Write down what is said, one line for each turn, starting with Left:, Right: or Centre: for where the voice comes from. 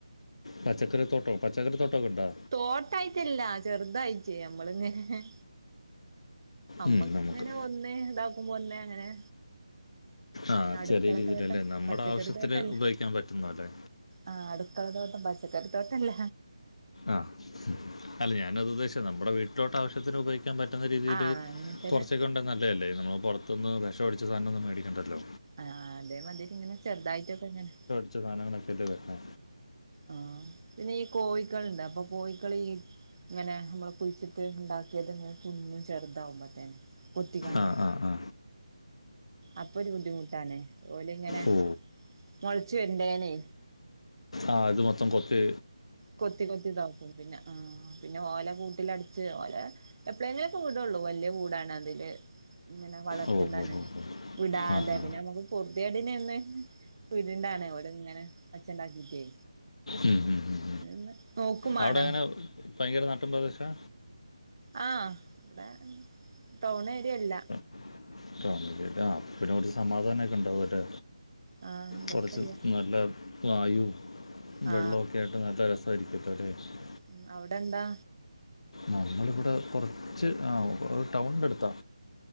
Left: പച്ചക്കറി തോട്ടം പച്ചക്കറി തോട്ടൊക്കെ ഇണ്ടോ
Right: തോട്ടായിട്ടല്ല ചെറുതായിച്ചേ നമ്മളിങ്ങന അമ്മക്ക
Left: ഉം, നമുക്ക്
Right: ഇങ്ങനെ ഒന്ന്േ ഇതാക്കുമ്പോ ഒന്നെ അങ്ങനെ
Left: ആഹ്
Right: അടുക്കള
Left: ചെറിയ രീതിയിലല്ലേ
Right: തോട്ടം
Left: നമ്മുടെ
Right: പച്ചക്കറി
Left: ആവശ്യത്തിൽ
Right: തോട്ടല്ല
Left: ഉപയോഗിക്കാൻ പറ്റുന്ന അല്ലേ
Right: ആഹ് അടുക്കള തോട്ടം പച്ചക്കറിത്തോട്ടംല്ല
Left: ആഹ് അല്ല ഞാനത് ഉദ്ദേശിച്ച നമ്മുടെ വീട്ടിലോട്ട് ആവശ്യത്തിന് ഉപയോഗിക്കാ ക്കാൻ പറ്റുന്ന രീതിൽ
Right: ആഹ് അങ്ങനത്തന്നെ
Left: കുറച്ചൊക്കെ <unintelligible> നല്ലതല്ലേ നമ്മൾ പുറത്ത്നിന്ന് വിഷഅടിച്ച സാധന ഒന്നും മേടിക്കേണ്ടല്ലോ
Right: ആഹ് അതേ മാതിരി ഇങ്ങനെ ചെറുതായിട്ടൊക്കെ അങ്ങനെ
Left: <unintelligible> സാധങ്ങളൊക്കെ അല്ലേ വരണേ
Right: ആഹ് പിന്നെ ഈ കോഴിക്കളുണ്ട് അപ്പൊ കോഴിക്കൾ ഈ ഇങ്ങനെ നമ്മള് കുഴിച്ചിട്ട് ഉണ്ടാക്കിയതിങ്ങനെ <unintelligible> ചെറുതാവുമ്പോത്തേന് കൊത്തിക്കാണ്ടേ
Left: ആ ആ ആ
Right: അപ്പൊ ഒരു ബുദ്ധിമുട്ടാണ് ഓല ഇങ്ങനെ
Left: ഓ
Right: മുളച്ച് വരണ്ടേനേ
Left: ആഹ് അത് മൊത്തം കൊത്ത്
Right: കൊത്തി കൊത്തി <unintelligible> പിന്നെ ഉം പിന്നെ ഓല കൂട്ടിലടച്ച് ഓല എപ്പോഴെങ്കിലൊക്കെ <unintelligible> വലിയ കൂടാണ് അതില് ഇങ്ങനെ വളർത്തിണ്ടാണ്
Left: ഓ ഓ ഓ ഓ
Right: വിടാതെ
Left: ആ ആ
Right: പിന്നെ നമ്മുക്ക് <unintelligible> ഓല് ഇങ്ങനെ അച്ഛ്ണ്ടാക്കിട്ടേ
Left: ഉം ഉം
Right: <unintelligible> മാണം
Left: അവിടെങ്ങന ഭയങ്കര നാട്ടിൻ പ്രദേശാ
Right: ആഹ് ഇവിടെ ടൗൺ ഏരിയല്ല
Left: <unintelligible> സമാധാന ഒക്കെ ഉണ്ടാവുല്ലേ
Right: ആ കൊഴപ്പില്ല
Left: കുറച്ച് നല്ല വായു
Right: ആ
Left: വെള്ളമൊക്കെ ആയിട്ട് നല്ല രസമായിരിക്കും <unintelligible>
Right: ഉം അവിടെന്താ
Left: നമ്മളിവിടെ കുറച്ച് ആഹ് ഒരു ടൗണിന്റെ അടുത്താ